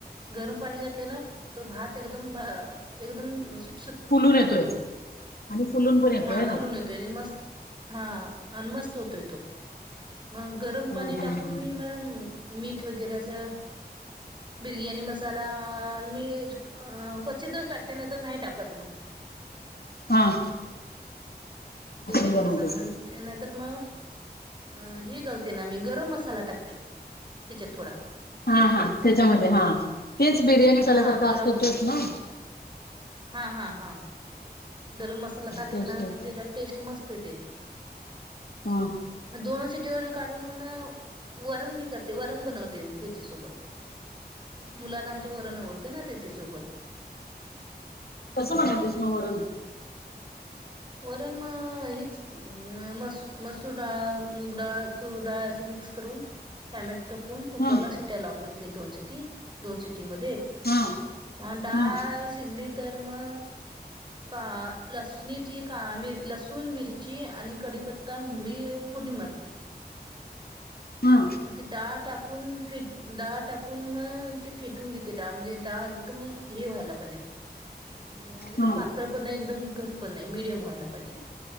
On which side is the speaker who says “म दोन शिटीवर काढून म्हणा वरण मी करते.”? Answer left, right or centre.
Right